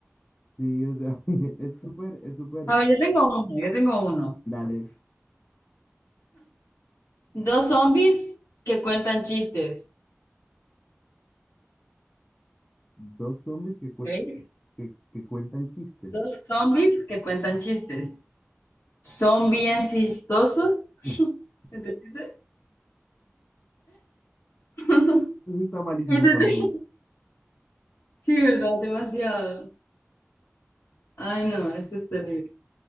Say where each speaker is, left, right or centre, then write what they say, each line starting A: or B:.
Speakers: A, on the left; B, on the left.
A: Sí, o sea, <laughs> es súper, es súper,
B: A ver, yo tengo uno, yo tengo uno.
A: dale.
B: Dos zombies que cuentan chistes.
A: Dos zombies que, cuest-
B: Ok.
A: que, que cuentan chistes.
B: Dos zombies que cuentan chistes. Son bien chistosos.
A: <laughs>
B: <laughs> ¿Entendiste? <laughs>
A: Eso está malísimo
B: ¿Entendiste?
A: también.
B: Sí, ¿verdad? Demasiado. Ay, no, esto es terrible.